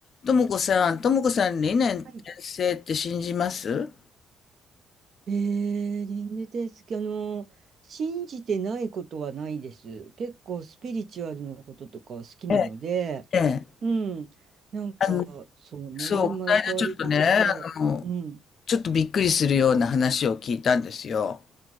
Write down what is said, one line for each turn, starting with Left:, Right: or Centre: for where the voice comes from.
Left: ともこさん、ともこさん、理念転生って信じます
Right: はい。えー、リングテースあの、信じてないことはないです。結構スピリチュアルなこととか好きなので、
Left: ええ、ええ。
Right: うん、なんか、
Left: あの、
Right: そうね、
Left: そう、
Right: 生まれ変わりとか、
Left: この間ちょっとね、あの、
Right: うん、
Left: ちょっとびっくりするような話を聞いたんですよ。